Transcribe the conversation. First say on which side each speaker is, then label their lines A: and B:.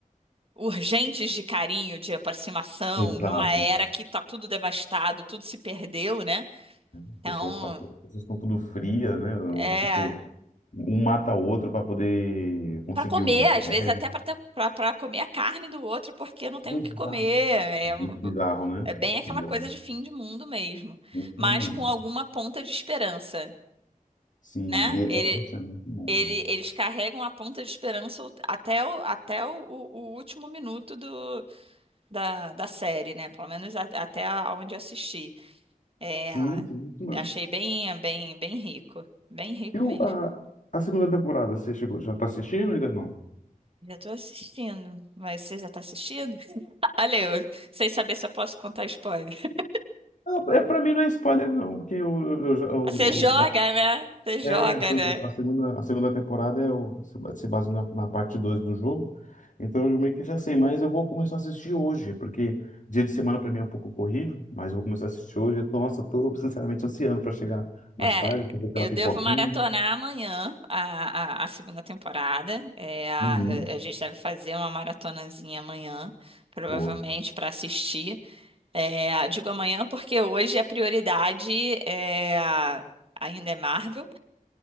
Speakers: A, on the right; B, on the left.
A: urgentes de carinho, de aproximação,
B: exato.
A: numa era que tá tudo devastado, tudo se perdeu, né?
B: As
A: Então,
B: pessoas tá, as pessoas estão tudo fria, né?
A: é
B: Tipo, um mata o outro para poder conseguir
A: para comer,
B: o que quer.
A: às vezes até para comer a carne do outro, porque não tem o
B: Exato.
A: que comer. É,
B: Bizarro,
A: uma-
B: né?
A: é bem aquela
B: Bizarro.
A: coisa de fim de mundo mesmo,
B: Isso
A: mas
B: no mundo.
A: com alguma ponta de esperança,
B: Sim,
A: né?
B: e
A: Ele,
B: é, nossa, é muito bom,
A: ele-
B: né?
A: eles carregam a ponta de esperança o- até o, até o, o- o último minuto do, da, da série, né? Pelo menos a- até onde assisti. É,
B: Sim, sim, isso mesmo.
A: achei bem, bem, bem rico. Bem rico
B: E o,
A: mesmo.
B: a, a segunda temporada, você chegou? Já tá assistindo ou ainda não?
A: Já tô assistindo. Mas você já tá assistindo? <laughs> Olha eu, sem saber se eu posso contar spoiler. <laughs>
B: Não, é, pra mim não é spoiler, não, porque eu, eu, já- eu,
A: Você joga, né? Você joga,
B: É, a, se-
A: né?
B: a segunda, a segunda temporada é o, se se baseia na, na parte 2 do jogo. Então eu meio que já sei, mas eu vou começar a assistir hoje, porque dia de semana pra mim é um pouco corrido, mas eu vou começar a assistir hoje. Eu tô- Nossa, tô sinceramente ansiando pra chegar mais
A: É,
B: tarde, fazer aquela
A: eu
B: pipoquinha.
A: devo maratonar
B: né?
A: amanhã a, a, a segunda temporada. É, a,
B: Uhum,
A: a gente deve fazer uma maratonazinha amanhã, provavelmente,
B: boa.
A: para assistir. É, digo amanhã porque hoje a prioridade é, ainda é Marvel.